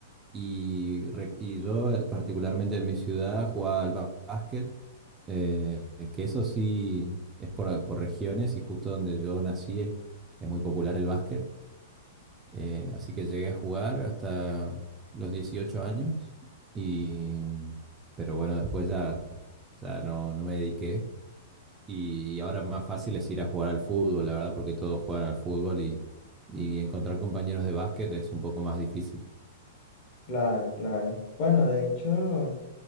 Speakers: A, on the right; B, on the left.
A: y, re- y yo eh, particularmente en mi ciudad jugaba al ba- básquet, eh, que eso sí es por, por regiones y justo donde yo nací es muy popular el básquet. Eh, así que llegué a jugar hasta los 18 años y pero bueno, después ya, ya no, no me dediqué y ahora más fácil es ir a jugar al fútbol, la verdad, porque todos juegan al fútbol y, y encontrar compañeros de básquet es un poco más difícil.
B: Claro, claro. Bueno, de hecho,